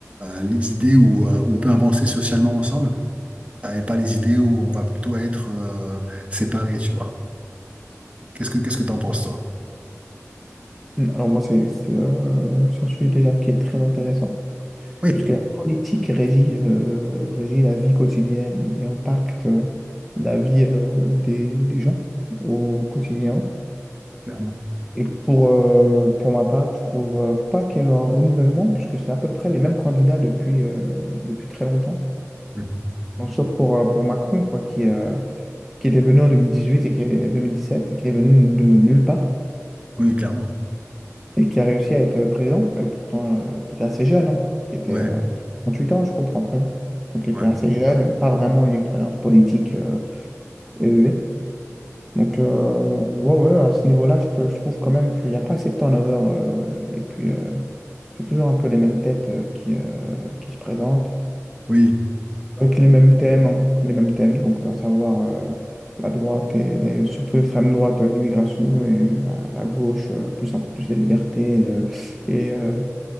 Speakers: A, on the right; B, in the centre.
A: euh, les idées où euh, on peut avancer socialement ensemble, euh, et pas les idées où on va plutôt être euh, séparés, tu vois. Qu'est-ce que, qu'est-ce que t'en penses, toi?
B: alors moi, c'est c'est, euh, c'est un sujet déjà qui est très intéressant,
A: Oui,
B: puisque la politique régit, euh, régit la vie quotidienne et impacte euh, la vie euh, des, des gens au quotidien.
A: clairement.
B: Et pour, euh, pour ma part, je trouve euh, pas qu'il y ait un renouvellement, puisque c'est à peu près les mêmes candidats depuis, euh, depuis très longtemps.
A: Mhm.
B: Bon, Sauf pour, euh, pour Macron, quoi, qui, euh, qui était venu en 2018 et qui est, 2017 et qui est venu de nulle part.
A: Oui, clairement.
B: et qui a réussi à être présent, et pourtant euh, qui était assez jeune, hein, qui était
A: Ouais,
B: euh, 38 ans, je crois, 39. Donc il
A: ouais.
B: était assez jeune, pas vraiment une expérience politique euh, élevée. Donc euh, ouais, ouais, à ce niveau-là, je, te- je trouve quand même qu'il n'y a pas assez de turnover. euh, et puis euh, c'est toujours un peu les mêmes têtes euh, qui, euh, qui se présentent,
A: Oui.
B: avec les mêmes thèmes, hein, les mêmes thèmes, donc à savoir euh, la droite et les- surtout l'extrême droite, euh, l'immigration, et la, la gauche, euh, plus un peu plus les libertés. et le- et, euh,